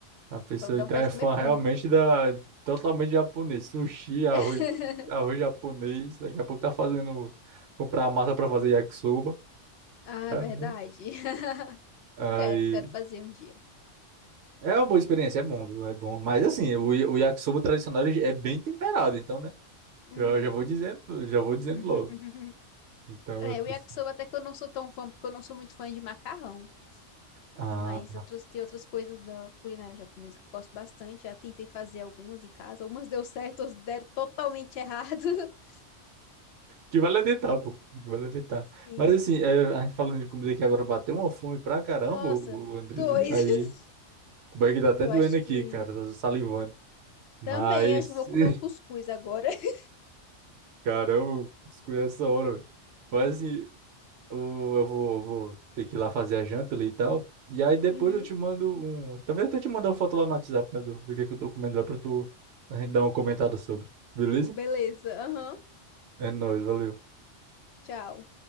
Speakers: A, on the right (about 65°); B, on the left (about 65°).
A: a pessoa
B: Vai dar
A: então
B: vontade
A: é
B: de
A: fã
B: comer
A: realmente
B: puro.
A: da. Totalmente japonês. Sushi, arroz,
B: <laughs>
A: arroz japonês. Daqui a pouco tá fazendo. Comprar a massa pra fazer yakisoba.
B: Ah,
A: Caramba.
B: verdade. <laughs>
A: Aí.
B: Eu quero, quero fazer um dia.
A: É uma boa experiência, é bom, viu? É bom. Mas assim, o, o yakisoba tradicional ele é bem temperado, então né?
B: Uhum.
A: Eu já vou dizendo, já vou dizendo
B: <laughs>
A: logo. Então,
B: É,
A: eu falo
B: o yakisoba
A: assim,
B: até que eu não sou tão fã, porque eu não sou muito fã de macarrão.
A: ah,
B: Mas outros, tem outras coisas da culinária japonesa que eu gosto bastante. Já tentei fazer algumas em casa. Algumas <laughs> deu certo, outras deram totalmente errado. <laughs>
A: que vale é tentar, pô. Que vale é tentar.
B: Sim.
A: Mas assim, é, a gente falando de comida aqui agora bateu uma fome pra caramba,
B: Nossa,
A: o, o Andrés.
B: dois.
A: e Aí,
B: <laughs>
A: o bag tá até
B: Eu
A: doendo
B: acho
A: aqui,
B: que.
A: cara, tá salivando. Mas,
B: Também, acho que eu vou comer
A: <laughs>
B: um cuscuz agora. <laughs>
A: caramba, escolhi essa hora, velho. Mas assim, o- eu vou, eu vou ter que ir lá fazer a janta ali e tal. E aí depois
B: Uhum.
A: eu te mando um. Talvez até te mandar uma foto lá no WhatsApp, né, do, do que é que eu tô comendo lá pra tu a gente dar uma comentada sobre. Beleza?
B: Beleza. Aham.
A: É nóis, valeu.
B: Tchau.